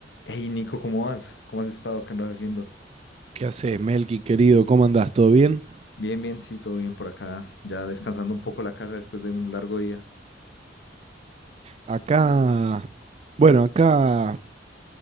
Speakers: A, on the left (about 65°); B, on the right (about 35°).
A: Hey Nico, ¿cómo vas? ¿Cómo has estado? ¿Qué andas haciendo?
B: ¿Qué haces, Melqui, querido? ¿Cómo andás? ¿Todo bien?
A: Bien, bien, sí, todo bien por acá. Ya descansando un poco la casa después de un largo día.
B: Acá, bueno, acá,